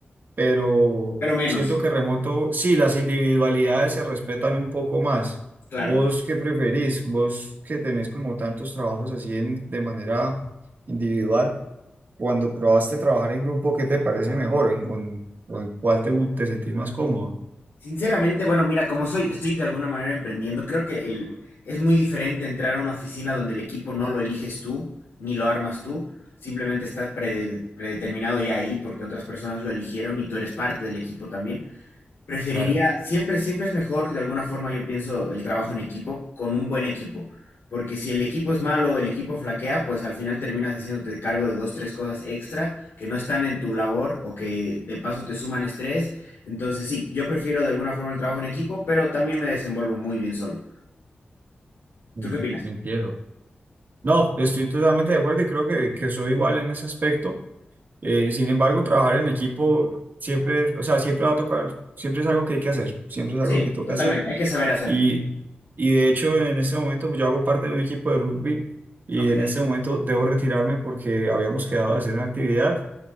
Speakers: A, on the right (about 55°); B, on the left (about 90°).
A: pero
B: pero menos,
A: siento que remoto, sí, las individualidades se respetan un poco más.
B: claro.
A: ¿Vos qué preferís? ¿Vos que tenés como tantos trabajos así en- de manera individual? Cuando probaste trabajar en grupo, ¿qué te parece mejor? ¿En, o en- o en cuál te, gu- te sentís más cómodo?
B: Sinceramente, bueno, mira, como soy, estoy de alguna manera emprendiendo, creo que el, es muy diferente entrar a una oficina donde el equipo no lo eliges tú, ni lo armas tú, simplemente está prede- predeterminado ya ahí porque otras personas lo eligieron y tú eres parte del equipo también. Preferiría,
A: Claro,
B: siempre, siempre es mejor, de alguna forma yo pienso, el trabajo en equipo con un buen equipo, porque si el equipo es malo, el equipo flaquea, pues al final terminas haciéndote cargo de dos, tres cosas extra que no están en tu labor o que de paso te suman estrés. Entonces sí, yo prefiero de alguna forma el trabajo en equipo, pero también me desenvuelvo muy bien solo.
A: mm,
B: ¿Tú qué opinas?
A: entiendo. No, estoy totalmente de acuerdo y creo que, que soy igual en ese aspecto. Eh, sin embargo, trabajar en equipo siempre, o sea, siempre va a tocar, siempre es algo que hay que hacer, siempre es
B: Sí,
A: algo que toca
B: totalmente,
A: hacer.
B: hay que saber hacerlo.
A: Y, y de hecho, en ese momento pues, yo hago parte de un equipo de rugby y
B: Ok,
A: en ese momento debo retirarme porque habíamos quedado de hacer una actividad